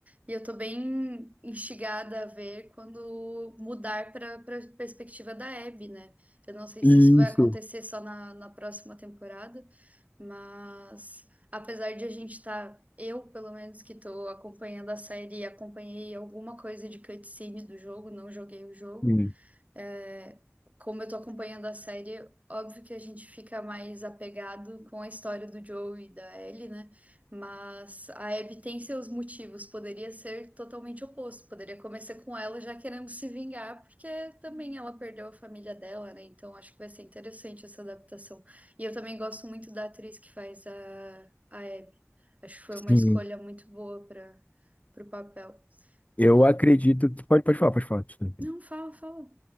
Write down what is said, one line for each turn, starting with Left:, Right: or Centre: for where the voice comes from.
Right: E eu tô bem instigada a ver quando mudar para para perspectiva da Abby, né? Eu não sei se
Left: Isso.
Right: isso vai acontecer só na, na próxima temporada, mas apesar de a gente estar, eu pelo menos que tô acompanhando a série, acompanhei alguma coisa de cutscene do jogo, não joguei o jogo.
Left: Sim.
Right: É, como eu tô acompanhando a série, óbvio que a gente fica mais apegado com a história do Joe e da Ellie, né? Mas a Abby tem seus motivos, poderia ser totalmente oposto, poderia começar com ela já querendo se vingar, porque também ela perdeu a família dela, né? Então acho que vai ser interessante essa adaptação. E eu também gosto muito da atriz que faz a, a Abby. Acho que foi uma
Left: Sim.
Right: escolha muito boa para o papel.
Left: Eu
Right: E...
Left: acredito que. Pode, pode falar, pode falar. desculpa.
Right: Não, fala, fala.